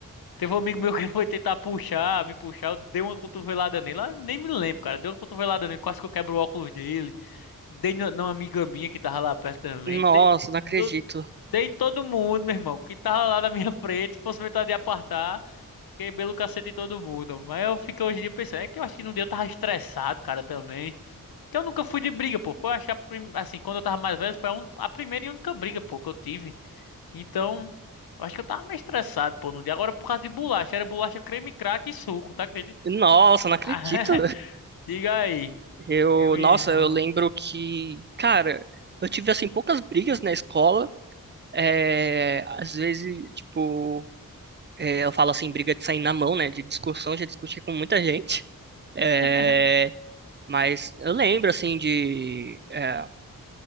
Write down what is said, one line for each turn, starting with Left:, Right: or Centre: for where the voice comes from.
Left: Teve um amigo meu que <laughs> foi tentar puxar, me puxar. Eu dei uma cotovelada nele. Ah, nem me lembro, cara. Dei uma cotovelada nele, quase que eu quebro o óculos dele. Dei no- numa amiga minha que tava lá perto também.
Right: Nossa,
Left: Dei,
Right: não
Left: do-
Right: acredito.
Left: dei em todo mundo, meu irmão, que tava lá na minha <laughs> frente. Se fosse vontade de apartar. Quebrei o cacete em todo mundo. Mas eu fico hoje em dia pensando, é que eu acho que no dia eu tava estressado, cara, também. Que eu nunca fui de briga, pô. Foi acho que a prim- assim, quando eu tava mais velho, foi a, un- a primeira e única briga, pô, que eu tive. Então, eu acho que eu tava meio estressado, pô, no dia. Agora por causa de bolacha, era bolacha creme, craque e suco, tá acredita?
Right: Nossa,
Left: <laughs>
Right: não acredito.
Left: Ah, Diga aí.
Right: Eu,
Left: Meu irmão.
Right: nossa, eu lembro que, cara, eu tive, assim, poucas brigas na escola. É, às vezes, tipo, é, eu falo assim, briga de sair na mão, né? De discussão, já discuti com muita gente. É,
Left: <laughs>
Right: mas eu lembro, assim, de. é,